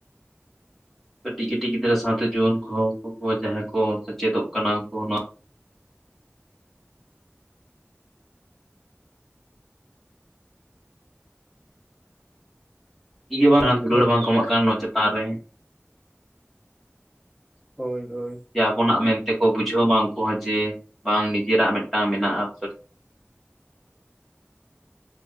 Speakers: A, in the centre; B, on the right (about 15°).
A: ᱠᱟᱹᱴᱤᱡ ᱠᱟᱹᱴᱤᱡ ᱜᱤᱫᱽᱨᱟᱹ ᱥᱟᱶᱛᱮ ᱡᱩᱣᱟᱹᱱ ᱠᱚᱦᱚ ᱩᱱᱠᱩ ᱠᱚ ᱡᱟᱸᱦᱟᱭ ᱠᱚ ᱥᱮᱪᱮᱫᱚᱜ ᱠᱟᱱᱟ ᱩᱱᱠᱩ ᱱᱚᱣᱟ᱾ ᱤᱭᱟᱹ ᱵᱟᱝ ᱫᱩᱞᱟᱹᱲ
B: ᱦᱳᱭ
A: ᱵᱟᱝ ᱠᱚ ᱮᱢᱟᱜ ᱠᱟᱱ ᱱᱚᱣᱟ ᱪᱮᱛᱟᱱ ᱨᱮ᱾
B: ᱦᱳᱭ ᱦᱳᱭ᱾
A: ᱡᱮ ᱟᱵᱚᱱᱟᱜ ᱢᱮᱱᱛᱮᱠᱚ ᱵᱩᱡᱷᱟᱹᱣ ᱢᱟ ᱩᱱᱠᱩ ᱦᱚᱸ ᱡᱮ ᱵᱟᱝ ᱱᱤᱡᱮᱨᱟᱜ ᱢᱮᱜ ᱴᱟᱝ ᱢᱮᱱᱟᱜ-ᱟ᱾ <unintelligible>